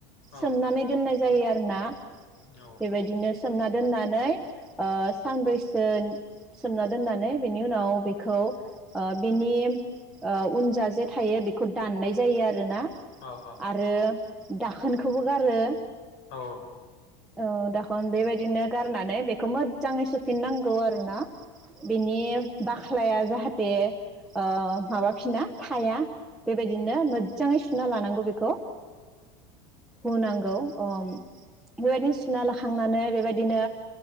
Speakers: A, on the left; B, in the centre.
A: औ
B: सोमनानै दोननाय जायो आरो ना
A: नोंथां
B: बेबायदिनो सोंना दोननानै ओ सानब्रै थोन सोमना दोननानै बेनि उनाव बेखौ ओ बिनि ओ उनजा जे थायो बेखौ दाननाय जायो आरोना
A: औ
B: आरो दाखोनखौबो गारो
A: औ औ
B: ओ दाखन बेबायदिनो गारनानै बेखौ मोदजाङै सु फिननांगौ आर रोना बेनि बाख्लाया जाहाथे ओ माबाफिना थाया बेबायदिनो मोदजाङै सुना लानांगौ बेखौ हुनांगौ अम बेबायदिनो सुना लाखांनानै बेबायद दिनो